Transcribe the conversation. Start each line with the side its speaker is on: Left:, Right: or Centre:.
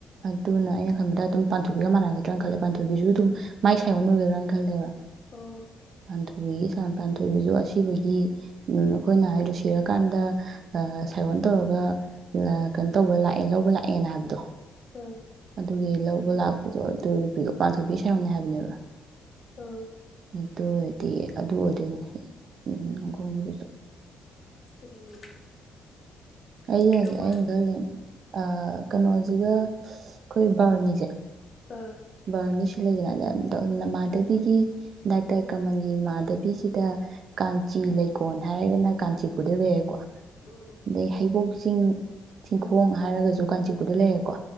Right: ꯑꯗꯨꯅ ꯑꯩꯅ ꯈꯟꯕꯗ ꯑꯗꯨꯝ ꯄꯥꯟꯊꯣꯏꯕꯤꯒ ꯃꯥꯟꯅꯒꯗ꯭ꯔꯥꯅ ꯈꯜꯂꯦ ꯄꯥꯟꯊꯣꯏꯕꯤꯖꯨ ꯑꯗꯨꯝ ꯃꯥꯏ ꯁꯥꯏꯌꯣꯟ ꯑꯣꯏꯒꯗ꯭ꯔꯥꯅ ꯈꯜꯂꯦꯕ
Left: ꯑꯣ
Right: ꯄꯥꯟꯊꯣꯏꯕꯤꯒꯤ ꯁꯥꯟ ꯄꯥꯟꯊꯣꯏꯕꯤꯖꯨ ꯑꯁ ꯁꯤꯕꯒꯤ ꯑꯝ ꯑꯩꯈꯣꯏꯅ ꯍꯥꯏꯗꯔꯥ ꯁꯤꯔꯀꯥꯟꯗ ꯁꯥꯏꯌꯣꯟ ꯑ ꯇꯧꯔꯒ ꯑ ꯀꯩꯅꯣ ꯇꯧꯕ ꯂꯥꯛꯑꯦ ꯂꯧꯕ ꯂꯥꯛꯑꯦꯅ ꯍꯥꯏꯕꯗꯣ
Left: ꯑꯥ
Right: ꯑꯗꯨꯒꯤ ꯂꯧꯕ ꯂꯥꯛꯄꯗꯣ ꯑꯗꯨ ꯅꯨꯄꯤꯗꯣ ꯄꯥꯟꯊꯣꯏꯕꯤ ꯁꯥꯏꯌꯣꯟꯅꯦ ꯍꯥꯏꯕꯅꯦꯕ
Left: ꯑꯥ
Right: ꯑꯗꯨ ꯗꯤ ꯑꯗꯨ ꯑꯣꯏꯗꯣꯏꯅꯤ ꯎꯝ ꯏꯪꯈꯣꯜꯒꯤꯗꯨꯁꯨ
Left: ꯎꯝ
Right: ꯑꯩꯅ
Left: ꯑꯣꯏꯗꯧ ꯃꯥꯜꯂꯦ
Right: ꯑꯩꯟ ꯈꯜꯂꯤꯅꯤ ꯑ ꯀꯅꯣꯁꯤꯒ ꯑꯩꯈꯣꯏ ꯕꯥꯔꯨꯅꯤꯁꯦ
Left: ꯑꯥ
Right: ꯕꯥꯔꯨꯅꯤꯁ ꯁꯤ ꯂꯩꯗꯅ ꯑ ꯅꯃ ꯃꯥꯙꯕꯤꯒꯤ ꯗꯥꯛꯇꯔ ꯀꯃꯟꯒꯤ ꯃꯥꯙꯕꯤꯒꯤꯗ ꯀꯥꯟꯆꯤ ꯂꯩꯀꯣꯜ ꯍꯥꯏꯔꯒꯅ ꯀꯥꯟꯆꯤꯄꯨꯔꯗ ꯂꯩꯔꯦꯀꯣ
Left: ꯎꯝ
Right: ꯗꯩ ꯍꯩꯕꯣꯛ ꯆꯤꯡ ꯆꯤꯡꯈꯣꯡ ꯍꯥꯏꯔꯒꯁꯨ ꯀꯥꯟꯆꯤꯄꯨꯔꯗ ꯂꯩꯔꯦꯀꯣ